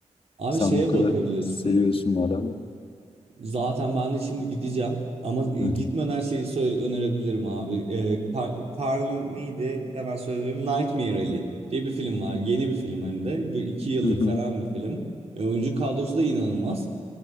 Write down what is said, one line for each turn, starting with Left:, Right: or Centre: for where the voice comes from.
Right: Abi
Left: Sen
Right: şeye
Left: bu kadar
Right: bakabilirsin.
Left: seviyorsun madem.
Right: Zaten ben de şimdi gideceğim. Ama gitmeden
Left: Hı hı.
Right: şeyi söyle önerebilirim abi. Ee, Kar- Karn neydi? Hemen söylüyorum. Nightmare Alley diye bir film var. Yeni bir film hem de. Bu iki yıllık
Left: Hı hı.
Right: falan bir film. E, oyuncu kadrosu da inanılmaz.